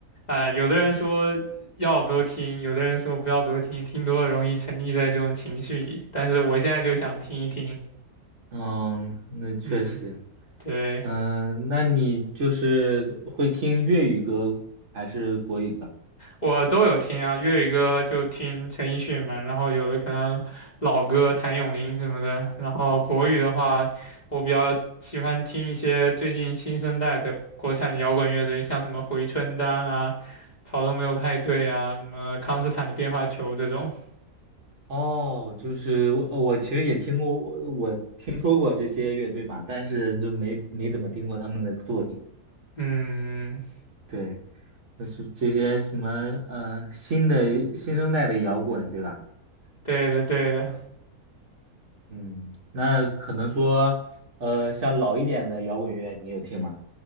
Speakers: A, on the left; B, on the right.
A: 哎、有的人说要多听，有的人说不要多听，听多了容易沉溺在这种情绪里。但是我现在就想听一听，
B: 嗯，那确实，
A: 嗯，对。
B: 嗯、那你就是会听粤语歌还是国语歌？
A: 我都有听啊，粤语歌就听陈奕迅嘛，然后有的可能老歌谭咏麟什么的，然后国语的话，我比较喜欢听一些最近新生代的国产的摇滚乐队，像什么回春丹啊、草东没有派对啊、什么康斯坦的变化球这种。
B: 哦，就是我，呃我其实也听过，我我听说过这些乐队吧，但是就没没怎么听过他们的作品。
A: 嗯，
B: 对，那是这些什么呃新的新生代的摇滚，对吧？
A: 对的对的，
B: 嗯，那可能说呃像老一点的摇滚乐，你有听吗？